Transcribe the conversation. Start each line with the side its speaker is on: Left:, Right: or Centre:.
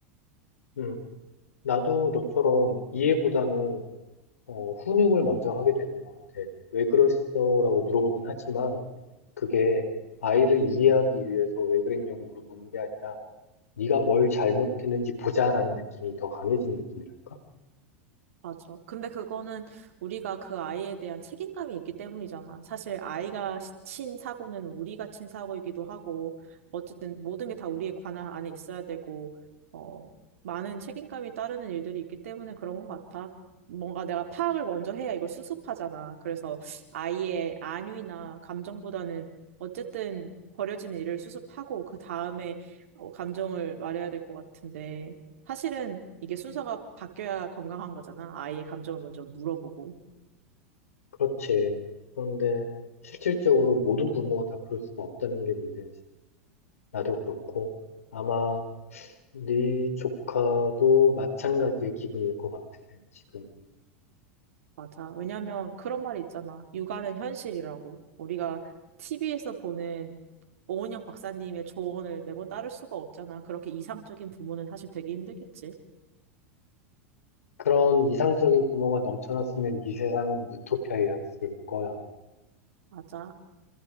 Left: <laughs> 음, 나도 너처럼 이해보다는, 어, 훈육을 먼저 하게 되는 것 같아. 왜 그랬어? 라고 물어보긴 하지만, 그게 아이를 이해하기 위해서 왜 그랬냐고 물어보는 게 아니라, 네가 뭘 잘못했는지 보자라는 느낌이 더 강해진 느낌이랄까?
Right: 맞아. 근데 그거는 우리가 그 아이에 대한 책임감이 있기 때문이잖아. 사실 아이가 시- 친 사고는 우리가 친 사고이기도 하고, 어쨌든 모든 게 다 우리의 관할 안에 있어야 되고, 어, 많은 책임감이 따르는 일들이 있기 때문에 그런 것 같아. 뭔가 내가 파악을 먼저 해야 이걸 수습하잖아. 그래서 아이의 안위나 감정보다는 어쨌든 버려진 일을 수습하고, 그 다음에 어, 감정을 말해야 될 것 같은데. 사실은 이게 순서가 바뀌어야 건강한 거잖아. 아이의 감정을 먼저 물어보고.
Left: 그렇지. 그런데 실질적으로 모든 부모가 다 그럴 수가 없다는 게 문제지. 나도 그렇고 아마 네 조카도 마찬가지의 기분일 것 같아, 지금.
Right: 맞아. 왜냐면 그런 말이 있잖아. 육아는 현실이라고. 우리가 TV에서 보는 오은영 박사님의 조언을 매번 따를 수가 없잖아. 그렇게 이상적인 부모는 사실 되게 힘들겠지.
Left: 그런 이상적인 부모가 넘쳐났으면 이 세상은 유토피아였을 거야.
Right: 맞아.